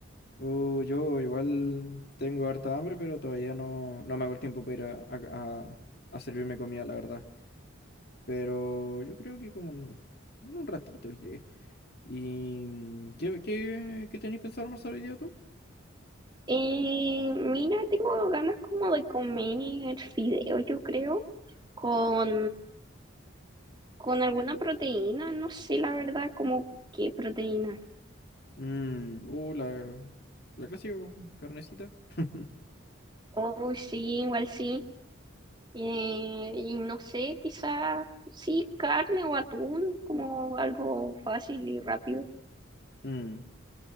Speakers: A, on the left; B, on the right.
A: Uh, yo igual tengo harta hambre, pero todavía no, no me hago el tiempo para ir a, a- a- a servirme comida, la verdad. Pero yo creo que como en, en un ratito iré. ¿Y mm, qué, qué, qué tenéis pensado almorzar hoy día tú?
B: Eh, mira, tengo ganas como de comer fideo, yo creo, con, con alguna proteína. No sé la verdad como qué proteína.
A: Mm, uh, la, la clásica po, carnecita. <laughs>
B: Oh, sí, igual sí. Eh, y no sé, quizás sí, carne o atún, como algo fácil y rápido.
A: Mm,